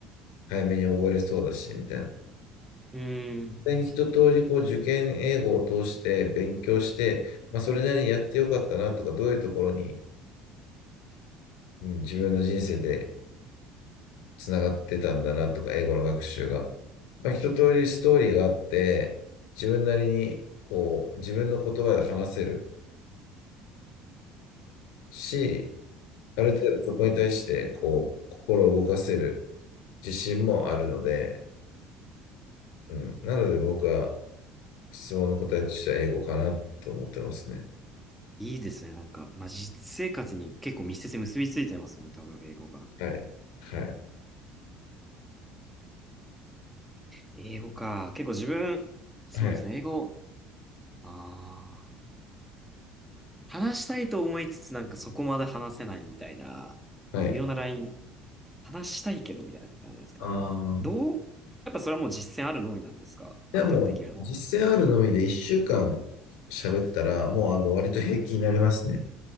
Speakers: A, on the left; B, in the centre.
A: 早めに覚えれそうだし、みたいな。
B: うーん。
A: 際に一通りこう受験英語を通して勉強して、まあ、それなりにやってよかったなとか、どういうところに、うん自分の人生でつながってたんだなとか、英語の学習が。まあ、一通りストーリーがあって、自分なりにこう自分の言葉で話せるし、ある程度そこに対してこう心を動かせる
B: うん
A: 自信もあるので、うん、なので僕は質問の答えとしては英語かなと思ってますね。
B: いいですね。なんか、まあ、実生活に結構密接に結びついてますもんね、多分、英語が。
A: はい。はい。
B: 英語か。結構自分、そうですね、
A: はい。
B: 英語、ああ、話したいと思いつつ、なんかそこまで話せないみたいな、
A: はい。
B: 微妙なライン、話したいけど、みたいな感じですけど、
A: ああ。
B: なんか、どう、やっぱそれはもう実践あるのみなんですかある程度できるの。
A: でもう、実践あるのみで1週間喋ったら、もうあの割と平気になりますね。